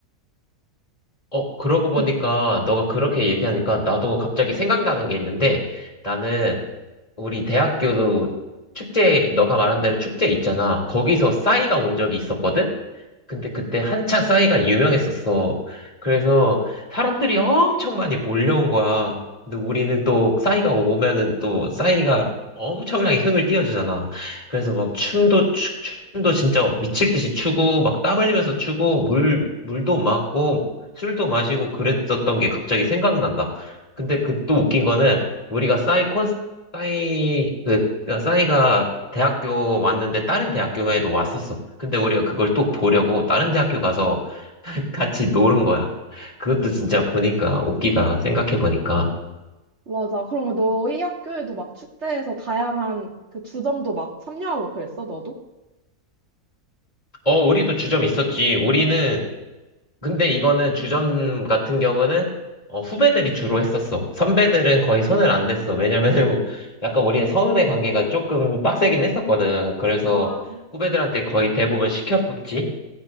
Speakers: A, on the left; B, on the right.
A: 어, 그러고 보니까
B: 응.
A: 너가 그렇게 얘기하니까 나도 갑자기 생각나는 게 있는데 나는 우리 대학교도 축제, 너가 말한 대로 축제 있잖아. 거기서 싸이가 온 적이 있었거든? 근데 그때 한창 싸이가 유명했었어. 그래서 사람들이 엄청 많이 몰려온 거야. 근데 우리는 또 싸이가 오면은 또 싸이가 엄청나게 흥을 띄워주잖아. 그래서 막 춤도 추- 춤도 진짜 미칠 듯이 추고 막 땀 흘리면서 추고 물 물도 맞고 술도 마시고 그랬었던 게 갑자기 생각난다. 근데 그 또 웃긴 거는 우리가 싸이 콘 싸이 그 그러니까 싸이가 대학교 왔는데 다른 대학교에도 왔었어. 근데 우리가 그걸 또 보려고 다른 대학교 가서 <laughs> 같이 노는 거야. 그것도 진짜 보니까 웃기다. 생각해 보니까.
B: 맞아. 그러면 너희 학교에도 막 축제에서 다양한 그 주점도 막 참여하고 그랬어, 너도?
A: 어, 우리도 주점 있었지. 우리는 근데 이거는 주점 같은 경우는 어, 후배들이 주로 했었어. 선배들은 거의 손을 안 댔어. 왜냐면은 <laughs> 우- 약간 우리는 선후배 관계가 조금 빡세긴 했었거든. 그래서
B: 아,
A: 후배들한테 거의 대부분 시켰었지.